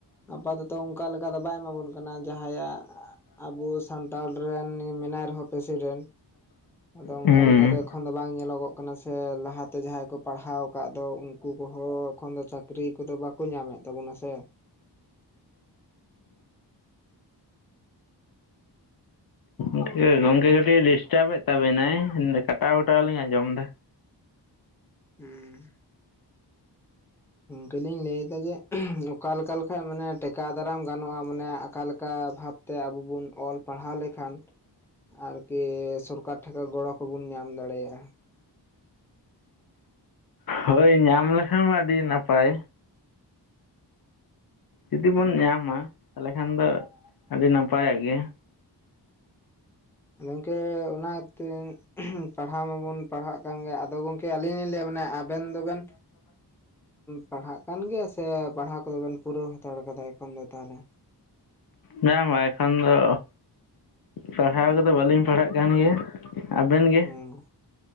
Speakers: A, in the centre; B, on the left.
A: ᱟᱯᱟᱫᱚᱛᱚ ᱚᱝᱠᱟ ᱞᱮᱠᱟ ᱫᱚ ᱵᱟᱭ ᱮᱢᱟᱵᱚᱱ ᱠᱟᱱᱟ ᱡᱟᱦᱟᱸᱭᱟᱜ ᱟᱵᱚ ᱥᱟᱱᱛᱟᱲ ᱨᱮᱱ ᱢᱮᱱᱟᱭ ᱨᱮᱦᱚᱸ ᱯᱨᱮᱥᱤᱰᱮᱱᱴ ᱟᱫᱚ ᱟᱝ
B: ᱦᱩᱸ
A: ᱠᱟ ᱞᱮᱠᱟ ᱫᱚ ᱮᱠᱷᱚᱱ ᱫᱚ ᱵᱟᱝ ᱧᱮᱞᱚᱜᱚᱜ ᱠᱟᱱᱟ ᱥᱮ ᱞᱟᱦᱟᱛᱮ ᱡᱟᱦᱟᱸᱭ ᱠᱚ ᱯᱟᱲᱦᱟᱣ ᱠᱟᱜ ᱫᱚ ᱩᱱᱠᱩ ᱠᱚᱦᱚᱸ ᱮᱠᱷᱚᱱ ᱫᱚ ᱪᱟᱹᱠᱼ ᱨᱤ ᱠᱚᱫᱚ ᱵᱟᱠᱚ ᱧᱟᱢᱮᱜ ᱛᱟᱵᱚᱱᱟ ᱥᱮ᱾
B: ᱜᱚᱝᱠᱮ ᱜᱚᱝᱠᱮ ᱠᱟᱹᱴᱤᱜ ᱰᱤᱥᱴᱟᱵᱮᱜ ᱛᱟᱵᱤᱱᱟᱭ ᱠᱟᱴᱟᱣ ᱠᱟᱴᱟᱣᱞᱤᱧ ᱟᱸᱡᱚᱢ ᱫᱟ᱾
A: ᱦᱩᱸ, ᱜᱚᱝᱠᱮ ᱞᱤᱧ ᱞᱟᱹᱭ ᱫᱟ ᱡᱮ ᱚᱠᱟᱞᱮᱠᱟ ᱞᱮᱠᱷᱟᱭ ᱢᱟᱱᱮ ᱴᱮᱠᱟᱣ ᱫᱟᱨᱟᱢ ᱜᱟᱱᱚᱜᱼᱟ ᱢᱟᱱᱮ ᱟᱠᱟ ᱞᱮᱠᱟ ᱵᱷᱟᱵᱽ ᱛᱮ ᱟᱵᱚ ᱵᱩᱱ ᱚᱞ ᱯᱟᱲᱦᱟᱣ ᱞᱮᱠᱷᱟᱱ ᱟᱨᱠᱤ ᱥᱚᱨᱠᱟᱨ ᱴᱷᱮᱱ ᱠᱷᱚᱱ ᱜᱚᱲᱚ ᱠᱚᱵᱚᱱ ᱧᱟᱢ ᱫᱟᱲᱮᱭᱟᱜᱼᱟ᱾
B: ᱦᱳᱭ ᱧᱟᱢ ᱞᱮᱠᱷᱟᱱ ᱢᱟ ᱟᱹᱰᱤ ᱱᱟᱯᱟᱭ᱾ ᱡᱩᱫᱤ ᱵᱚᱱ ᱧᱟᱢᱟ ᱛᱟᱦᱚᱞᱮ ᱠᱷᱟᱱ ᱟᱹᱰᱤ ᱱᱟᱯᱟᱭᱚᱜ ᱜᱮᱭᱟ᱾
A: ᱜᱚᱝᱠᱮ ᱚᱱᱟᱛᱮ ᱯᱟᱲᱦᱟᱣ ᱢᱟ ᱵᱚᱱ ᱯᱟᱲᱦᱟᱜ ᱠᱟᱱ ᱜᱮ ᱟᱫᱚ ᱜᱚᱝ ᱠᱮ ᱟᱹᱞᱤᱧ ᱞᱤᱧ ᱞᱟᱹᱭᱟ ᱢᱟᱱᱮ ᱟᱵᱮᱱ ᱫᱚᱵᱮᱱ ᱯᱟᱲᱦᱟᱜ ᱠᱟᱱ ᱜᱮᱭᱟ ᱥᱮ ᱯᱟᱲᱦᱟᱣ ᱠᱚᱫᱚ ᱵᱮᱱ ᱯᱩᱨᱟᱹᱣ ᱦᱟᱛᱟᱲ ᱠᱟᱫᱟ ᱮᱠᱷᱚᱱ ᱫᱚ ᱛᱟᱦᱞᱮ?
B: ᱵᱟᱝ ᱵᱟᱝ ᱮᱠᱷᱟᱱ ᱫᱚ ᱯᱟᱲᱦᱟᱣ ᱠᱚᱫᱚ ᱵᱟᱹᱞᱤᱧ ᱯᱟᱲᱦᱟᱜ ᱠᱟᱱ ᱜᱮᱭᱟ᱾ ᱟᱵᱮᱱ ᱜᱮ?
A: ᱦᱩᱸ